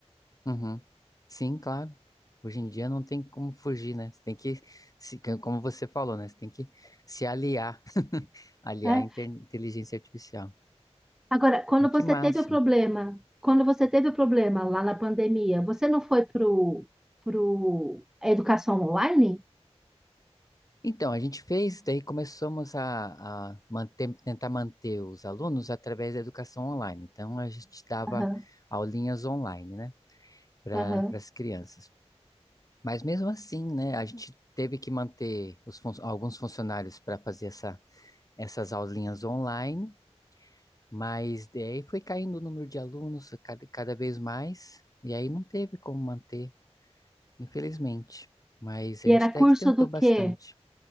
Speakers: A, on the left (about 30°); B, in the centre.
A: Uhum. Sim, claro. Hoje em dia não tem como fugir, né? Você tem que, se, como você falou, né? Você tem que se aliar, <laughs> aliar
B: É,
A: a inter- inteligência artificial.
B: Agora, quando
A: Mas
B: você
A: que máximo.
B: teve o problema, quando você teve o problema lá na pandemia, você não foi pro, pro a educação online?
A: Então, a gente fez, daí começamos a, a manter- tentar manter os alunos através da educação online. Então, a gente dava
B: Aham,
A: aulinhas online, né? Para
B: aham.
A: as crianças. Mas mesmo assim, né? A gente teve que manter os fun- alguns funcionários para fazer essa, essas aulinhas online. Mas daí foi caindo o número de alunos cada, cada vez mais, e aí não teve como manter, infelizmente. Mas
B: E
A: a gente
B: era
A: até
B: curso
A: que tentou
B: do
A: bastante.
B: quê?